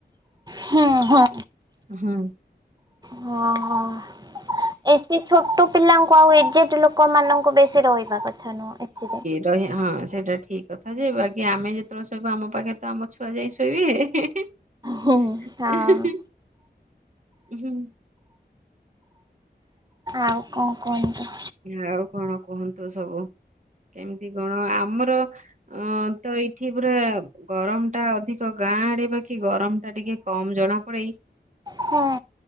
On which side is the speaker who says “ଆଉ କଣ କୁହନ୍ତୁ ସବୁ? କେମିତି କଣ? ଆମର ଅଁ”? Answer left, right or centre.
Right